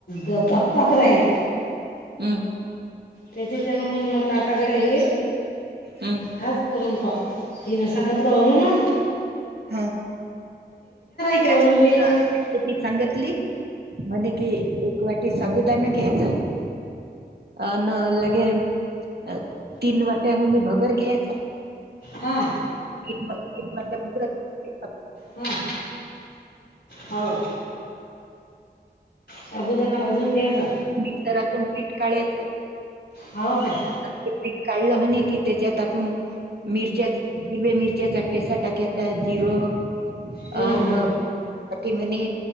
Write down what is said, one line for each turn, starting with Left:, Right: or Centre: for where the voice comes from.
Left: द चपताच राहील.
Right: हम्म.
Left: त्याच्या त्याने मंग म्हटलं आताकडे हे
Right: हं.
Left: हाच करून पाह हीना सांगितलं अनूना.
Right: हा एका
Left: ती अनु बी हा
Right: <unintelligible> सांगतली. म्हणे कि एक वाटी साबुदाना घ्यायचा. आनं लगे अ तीन वाट्या होनी भगर घ्याचा.
Left: हा
Right: <unintelligible> <unintelligible> <unintelligible>
Left: हा हो साबुदाणा भाजून घ्यायचा
Right: मिकसरातून पीठ काढयचं.
Left: हो काय
Right: ते पीठ काढलं म्हणे कि त्याच्यात आपण मिरच्या हिरव्या मिरच्याचा ठेसा टाकेत त्यात जिरं
Left: हम्म
Right: अनं
Left: हम्म
Right: <inaudible> काटे म्हणी